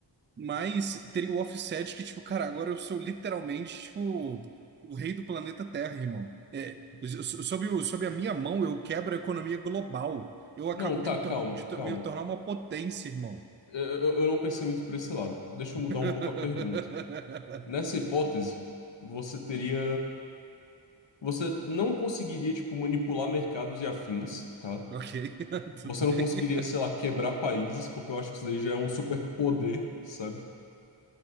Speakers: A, on the right; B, on the left.
A: Mas teria o offset que, tipo, cara, agora eu sou literalmente, tipo, o rei do planeta Terra, irmão. É, so- so, sob, o- sob a minha mão, eu quebro a economia global. Eu acabo
B: Não,
A: de
B: tá,
A: me, tor-
B: calma,
A: de to-
B: calma.
A: me tornar uma potência, irmão.
B: Eu, eu eu não pensei muito por esse lado. Deixa
A: <laughs>
B: eu mudar um pouco a pergunta. Nessa hipótese, você teria. Você não conseguiria, tipo, manipular mercados e afins, tá?
A: Ok, <laughs> tudo
B: Você
A: bem.
B: não conseguiria, sei lá, quebrar países, porque eu acho que isso daí já é um superpoder, sabe?